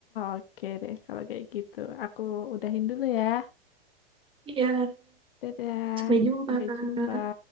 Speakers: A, on the left; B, on the right.
A: Oke deh, kalau kayak gitu. Aku udahin dulu ya.
B: Iya.
A: Dadah.
B: Sampai jumpa,
A: Sampai
B: Kak.
A: jumpa.